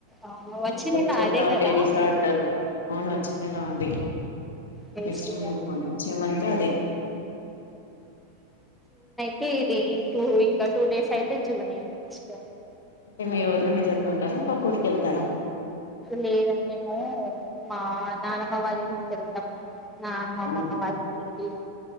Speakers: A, in the centre; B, on the left.
A: అవును వచ్చే
B: ఇప్పుడు కొన్ని
A: నెల
B: చోట్ల
A: అదే కదా
B: లేడీస్ ఆడతారు. అవును వచ్చింది. ఎలా అంటే
A: ఫెస్టివల్
B: నేస్ట్ మంత్, వచ్చేమంటే అది
A: తే ఇది టూ, ఇంకా టూ డేస్ అయితే జూలోనేల నెక్స్ట్
B: అంటే మీ ఊర్లోనే జరుపుకుంటారా పాక్కురికి వెళ్తారా.
A: లేదన్ మేము మా నానమ్మ వాళ్ళేంటిక వెళ్తాం. నానమ్మ అమ్మమ్మ
B: అవును
A: వాళ్ళ ఇంటికి